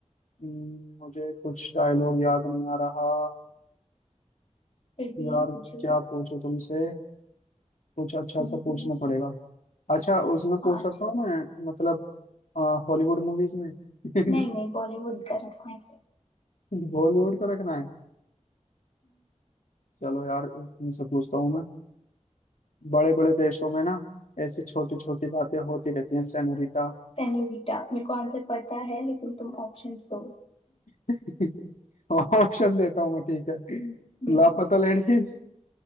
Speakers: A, on the left; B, on the left.
A: हम्म, मुझे कुछ डायलॉग याद नहीं आ रहा
B: फिर भी
A: यार
B: पूछो
A: क्या पूछो तुमसे कुछ अच्छा
B: हम्म,
A: सा पूछना पड़ेगा अच्छा उसमें पूछ
B: हाँ
A: सकता
B: अच्छा
A: हूँ
B: सा
A: मैं मतलब हॉलीवुड मूवीज में <laughs>
B: नहीं नहीं बॉलीवुड का रखना है सर
A: बॉलीवुड का रखना है चलो यार तुमसे पूछता हूँ मैं बड़े बड़े देशों में ना ऐसी छोटी छोटी बातें होती रहती हैं सेनोरिटा
B: सेन्योरिटा मेरे को आंसर पता है लेकिन तुम ऑप्शंस दो
A: <laughs> ऑप्शन देता हूँ मैं ठीक है
B: हम्म,
A: लापता लेडीज